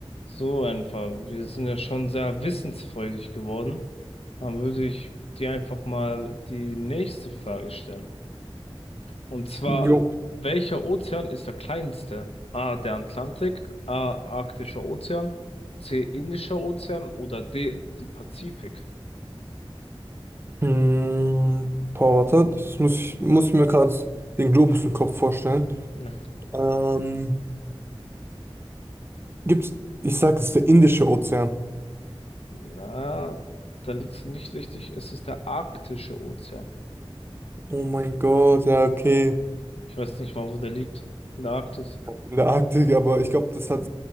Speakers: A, on the left (about 80°); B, on the right (about 25°).
A: So einfach. Wir sind ja schon sehr wissensfreudig geworden. Dann würde ich dir einfach mal die nächste Frage stellen. Und zwar,
B: Jo.
A: welcher Ozean ist der kleinste? A, der Atlantik, A, Arktischer Ozean, C, Indischer Ozean oder D, die Pazifik?
B: Hm, boah, warte, das muss ich muss mir gerade den Globus im Kopf vorstellen.
A: Na,
B: Ähm, gibt's, ich sag, es ist der Indische Ozean.
A: na, da liegst du nicht richtig. Es ist der Arktische Ozean.
B: Oh mein Gott, ja, okay.
A: Ich weiß nicht mal, wo der liegt. In der Arktis.
B: Ja. In der Arktik, aber ich glaube, das hat